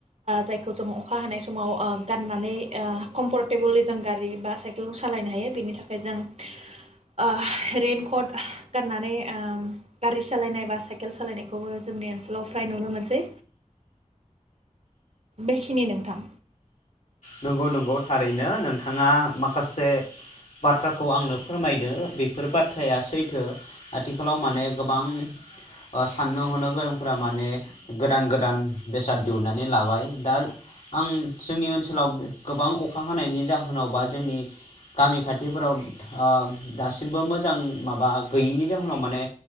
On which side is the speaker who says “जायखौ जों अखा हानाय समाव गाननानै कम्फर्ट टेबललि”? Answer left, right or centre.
Right